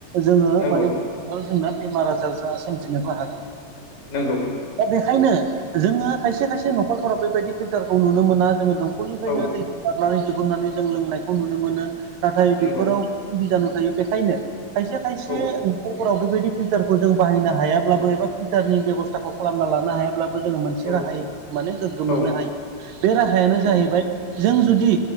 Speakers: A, on the right; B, on the left.
A: जोङो
B: नंगौ
A: माने जोंना बेमार आजार जा सोमजिनोबो हागौ
B: नोंगौ
A: दा बेखायनो जोङो खायसे-खायसे न'खरफोराव बेबायदि फिल्टारखौ नुनो मोना जोङो दंखलनिफ्रायनो
B: औ
A: दै बारनानै दिहुननानै जों लोंनायखौ नुनो मोनो नाथाय
B: नंगौ
A: बेफोराव बिजानु थायो बेखायनो खायसे खायसे
B: औ
A: न'खरफोराव बेबायदि फिल्टारखौ जों बाहायनो हायाब्लाबो
B: औ
A: एबा फिल्टारनि बेब'स्थाखौ खालामना लानो हायाब्लाबो जोङो मोनसे
B: औ
A: राहायै माने गोग्गो
B: औ
A: मोननो हायो बे राहायानो
B: नंगौ
A: जाहैबाय जों जुदि